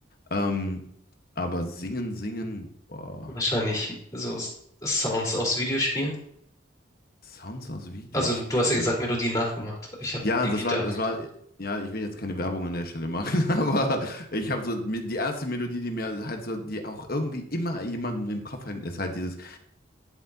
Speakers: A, on the left; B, on the left.
A: Ähm, aber singen, singen, boah,
B: wahrscheinlich so S- Sounds aus Videospielen.
A: Sounds aus Videospielen.
B: Also, du hast ja gesagt, Melodien nachgemacht. Ich habe
A: Ja,
B: irgendwie
A: das
B: daran
A: war, das
B: gedacht.
A: war, ja, ich will jetzt keine Werbung an der Stelle machen, <laughs> aber ich habe so, mir- die erste Melodie, die mir halt so, die auch irgendwie immer jemandem im Kopf hängt, ist halt dieses.